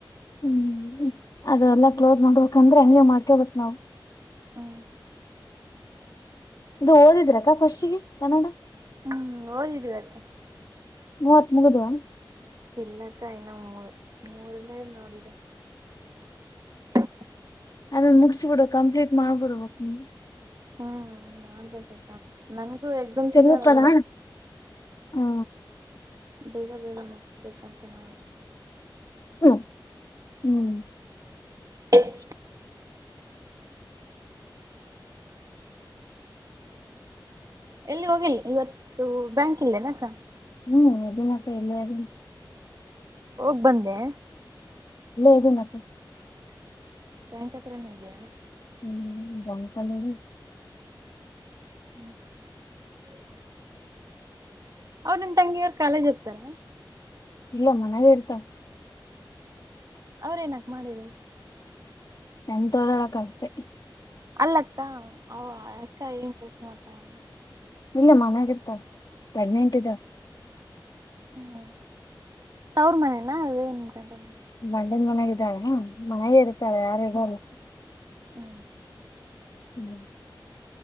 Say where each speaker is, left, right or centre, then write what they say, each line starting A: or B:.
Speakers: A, on the left (about 50°); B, on the right (about 45°).
A: ಹ್ಮ್ ಅದೆಲ್ಲಾ ಕ್ಲೋಸ್ ಮಾಡ್ಬೇಕಂದ್ರೆ ಹಂಗೆ ಮಾಡ್ಕೊಬೇಕ್ ನಾವ್.
B: ಹಾ
A: ಇದು ಓದಿದ್ರಕ್ಕ ಫಸ್ಟ್ಗೆ ಕನ್ನಡ.
B: ಹ್ಮ್ ಓದಿದಿವಿ ಅಕ್ಕ.
A: ಮೂವತ್ ಮುಗುದ್ವ.
B: ಇಲ್ಲಕ್ಕ ಇನ್ನು ಮೂರ್ ಮೂರ್ನೇ ನೋಡಿದ. <unintelligible>
A: ಅದನ್ ಮುಗ್ಸಿ ಬಿಡು ಕಂಪ್ಲೀಟ್ ಮಾಡ್ಬಿಡಬೇಕ್ ನೀನು.
B: ಹ್ಮ್ ಮಾಡ್ಬೇಕಕ್ಕ ನನ್ಗೂ ಎಕ್ಸಾಮ್ಸ್
A: ಸೆಂಗುಪ್ಪನ
B: ಇದಾವಲ್ಲ
A: ಹ್ಮ.
B: ಬೇಗ ಬೇಗ ಮುಗ್ಸ್ಬೇಕಂತೆ ನಾ.
A: ಹು ಹ್ಮ್.
B: <unintelligible> ಎಲ್ಲಿ ಹೋಗಿ ಇವತ್ತು ಬ್ಯಾಂಕ್ ಇಲ್ಲೇ ನಕ್ಕ.
A: ಹ್ಮ್ ಇದಿನ್ ಅಕ್ಕ ಇಲ್ಲೇ ಇದಿನ್.
B: ಹೋಗ್ ಬಂದೆ.
A: ಇದೀನಕ್ಕ
B: ಬ್ಯಾಂಕ್ ಹತ್ರನೆ ಇದ್ಯಾ.
A: ಹ್ಮ್ ಬ್ಯಾಂಕ್ ಅಲ್ಲೇ ಇದಿನ್.
B: <unintelligible> ಅವ್ರ್ ನಿಮ್ ತಂಗಿಯವ್ರ್ ಕಾಲೇಜ್ ಇರ್ತರ.
A: ಇಲ್ಲ ಮನೇಲೆ ಇರ್ತ.
B: ಅವ್ರ್ ಏನ ಮಾಡಿರೋದ್.
A: ಎಂತದಿಲ್ಲ ಅಕ್ಕ ಅಷ್ಟೇ.
B: ಅಲ್ಲಕ್ಕ ಅವ್ ಅ ಯಕ್ಕ ಏನ್ ಕೆಲ್ಸ ಮಾಡ್ತಾಳ್ ಅಂದೆ.
A: ಇಲ್ಲ ಮನೆಗಿತ್ತ ಪ್ರೆಗ್ನೆಂಟ್ ಇದೆ.
B: ಹ್ಮ್ ತವ್ರ್ ಮನೆನಾ ಅದೇ ನಿನ್ ಗಂಡನ್ ಮನೆ.
A: ಬಂಡನ್ ಮನೆಗ್ ಇದಾಳ್ ಮನೆಗೆ ಇರ್ತಾಳೆ ಯಾರ್ ಇರಲ್ಲ.
B: ಹ್ಮ್
A: ಹ್ಮ್